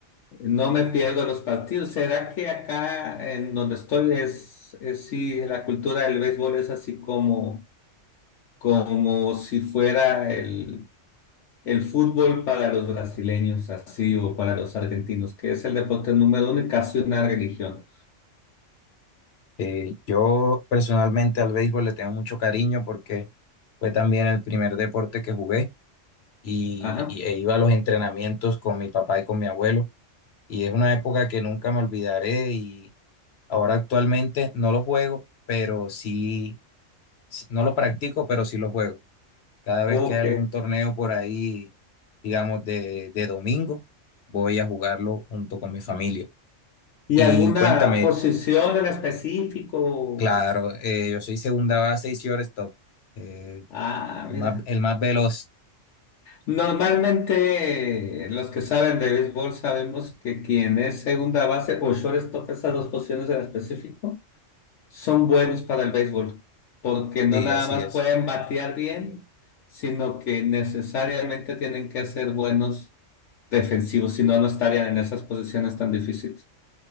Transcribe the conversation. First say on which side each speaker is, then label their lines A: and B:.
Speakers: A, on the left (about 70°); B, on the left (about 55°).
A: No me pierdo los partidos. ¿Será que acá en donde estoy es, es sí, la cultura del béisbol es así como, como si fuera el, el fútbol para los brasileños, así, o para los argentinos, que es el deporte número uno y casi una religión?
B: Eh, yo personalmente al béisbol le tengo mucho cariño porque fue también el primer deporte que jugué y,
A: Ajá.
B: y- e iba a los entrenamientos con mi papá y con mi abuelo. Y es una época que nunca me olvidaré y ahora actualmente no lo juego, pero sí, sí- no lo practico, pero sí lo juego. Cada vez
A: Ok.
B: que hay algún torneo por ahí, digamos, de, de domingo, voy a jugarlo junto con mi familia.
A: ¿Y
B: Y
A: alguna
B: cuéntame,
A: posición en específico?
B: claro, eh, yo soy segunda base y shortstop, eh,
A: Ah,
B: el
A: mira.
B: más, el más veloz.
A: Normalmente eh, los que saben de béisbol sabemos que quien es segunda base o shortstop, esas dos posiciones en específico, son buenos para el béisbol, porque no
B: Sí,
A: nada
B: así
A: más
B: es,
A: pueden batear bien, sino que necesariamente tienen que ser buenos defensivos, si no, no estarían en esas posiciones tan difíciles.